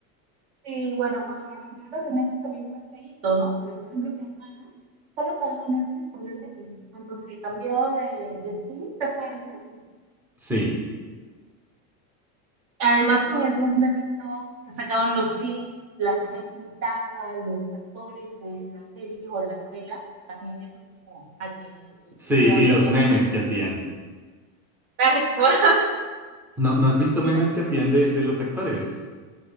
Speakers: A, on the right; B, in the centre.
A: Y bueno, cuando lo retiraron de Netflix también fue feíto, ¿no? Porque, por ejemplo, mi hermana solo pagaba Netflix por ver Betty. Cuando se cambió de, de streaming, se fue a Netflix.
B: Sí,
A: Además, con el boom de TikTok, que sacaban los clips, la gente imitaba, a los actores de, de la serie o de la novela, también eso sumó a que eh,
B: sí,
A: nuevamente
B: y los
A: la
B: memes
A: gente
B: que hacían.
A: Tal cual.
B: ¿No, no has visto
A: mira
B: memes que hacían de, de los actores?